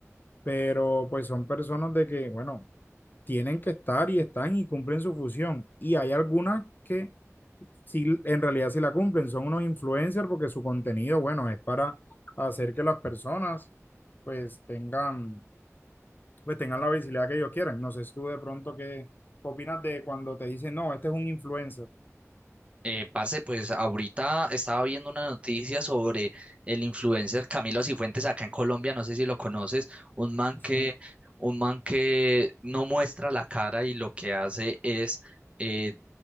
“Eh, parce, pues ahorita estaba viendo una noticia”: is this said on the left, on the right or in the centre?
Right